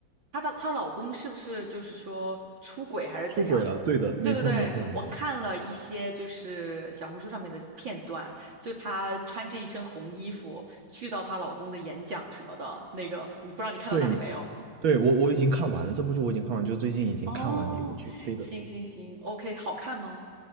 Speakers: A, on the right (about 40°); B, on the right (about 70°).
A: 她的她老公是不是就是说出轨还是怎样？
B: 出轨了，对的，没错没错没错，
A: 对对对，我看了一些就是小红书上面的片段，就她穿着一身红衣服去到她老公的演讲什么的，那个你不知道你看到那里没有？
B: 对对，我我已经看完了这部剧，我已经看完，就是最近已经看完的一部剧，
A: 哦，
B: 对的，
A: 行行行，OK，好看吗？